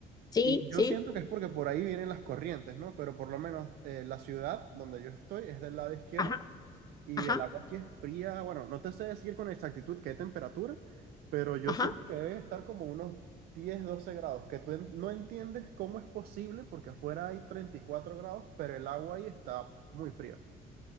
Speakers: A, on the left; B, on the right.
A: sí,
B: Y
A: sí,
B: yo siento que es porque por ahí vienen las corrientes, ¿no? Pero por lo menos eh, la ciudad donde yo estoy es del lado izquierdo
A: ajá,
B: y
A: ajá,
B: el agua aquí es fría, bueno, no te sé decir con exactitud qué temperatura, pero yo
A: ajá.
B: siento que debe estar como unos 10 12 grados, que tú en- no entiendes cómo es posible porque afuera hay 34 grados, pero el agua ahí está muy fría.